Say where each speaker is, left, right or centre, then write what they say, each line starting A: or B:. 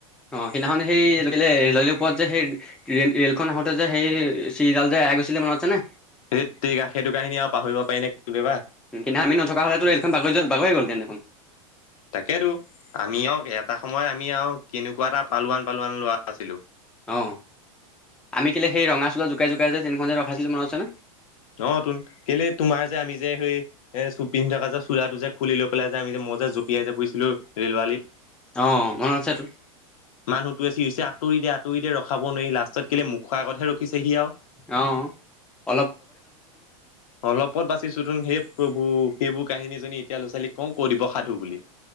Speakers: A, in the centre; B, on the left (about 75°).
A: অ সিদিনাখন সেইৰে ওপৰত যে সেই ৰে'লখন আহোতে যে সেই চিৰিডাল যে আৰাই গৈছিলে মনত আছেনে?
B: সেইততেৰিগা সেইটো কাহিনি আৰু পাহৰিব পাৰি নে কেতিয়াবা
A: কিন্তু আমি নথকা হ'লে তো এইখন বাগৰি বাগৰি গল হেতেন দেখোন।
B: তাকেতো আমি আৰু এটা সময় আমি আৰু কেনেকুৱা এটা পালোৱান পালোৱান লৰা আছিলো।
A: অ আমি কেলে সেই ৰঙা চোলা জোকাই জোকাই যে টেইনখননে যে ৰখাইছিলো মনত আছে ন।
B: অতুন কেলে তুমাৰ যে আমি যে সেই এ চ পিন্ধি থকা যে চোলাটো যে খুলি লৈ পেলাই যে আমি যে <unintelligible> মতে জঁপিয়াই যে পৰিছিলো ৰেল আলীত <unintelligible>
A: অ মনত আছে তোৰ
B: মানুহটোৱে হৈছে আঁতৰি দে আঁতৰি দে ৰখাব নোৱাৰি লাষ্টত কেলে মুখ আগতহে ৰখিছে সি আৰু <unintelligible>
A: আহ
B: অলপত বাচিছো তোন সেই প্ৰভু সেইবোৰ কাহিনীজনী এতিয়া ল'ৰা ছোৱালীক কওঁ কৈ দিব সাধু বুলি।